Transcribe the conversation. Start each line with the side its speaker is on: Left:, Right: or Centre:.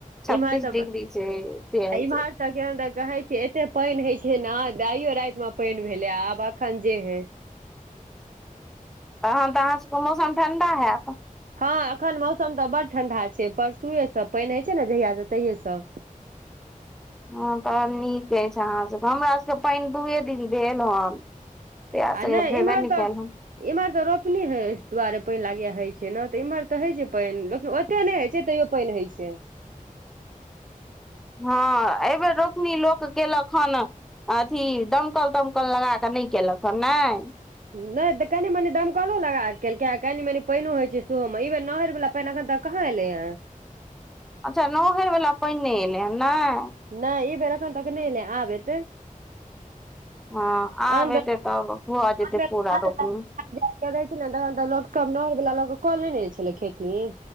Centre: छत्तीस
Right: इम्हर तऽ
Centre: डिग्री छै सेल
Right: आ इम्हर
Centre: छै
Right: केहन तऽ कहै छियै एते पानि हय छै ने आइयो राति मे पानि भेले आब अखन जे हे
Centre: तन तऽ मौसम ठडा हैत
Right: हँ अखन मौसम तऽ बड्ड ठंडा छै परसुए सब पानि होइ छै ने जहिया से तहिये सब
Centre: हँ तऽ नीक अछि अहाँसभके हमरा सभके पानि दूए दिन भेल हन तहिआ
Right: आ
Centre: स भेबै
Right: इम्हर
Centre: नहि
Right: तऽ
Centre: कैल हन
Right: इम्हर तऽ रोपनी दुआरे पानि लागे होइ छै ने तऽ इम्हर तऽ होइ छै पानि लेकिन ओते नहि होइ छै तैयो पानि होइ छै
Centre: हँ एहिबेर रोपनी लोक केलक हन अथी दमकल तमकल लगा कऽ नहि केलक हन नहि
Right: नहि तऽ कनी मनी दमकलो लगा केल क कनी मनी पानि होइ छै सेहो मे ई बेर नहर वला पानि एखन तक कहाँ एलै यै
Centre: अच्छा नहइर वला पइन नहि एयलै हँ नहि
Right: नहि ई बेर एखन तक नहि ले आब एतै
Centre: हँ आब
Right: आन बेर
Centre: एतै तब भऽ जेतै
Right: आन बेर
Centre: पूरा रोपनी
Right: रहै छलै ने तखन तऽ लोक सब नहर वला लोक कऽ लेने छलै खेती